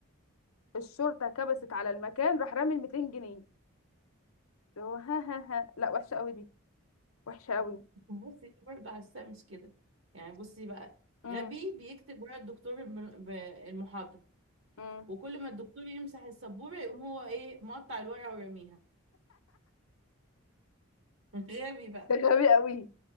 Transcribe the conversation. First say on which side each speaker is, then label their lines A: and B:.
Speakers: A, on the left; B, on the right.
A: الشرطة كبست على المكان راح رامي ال 200 جنيه اللي هو ها ها ها لا وحشة قوي دي وحشة قوي
B: بصي دي برضه حاساه مش كده يعني بصي بقى
A: امم
B: غبي بيكتب ورا الدكتور الم- ب- المحاضرة
A: امم
B: وكل ما الدكتور يمسح السبورة يقوم هو ايه مقطع الورقة ورميها <laughs> غبي بقى
A: ده غبي قوي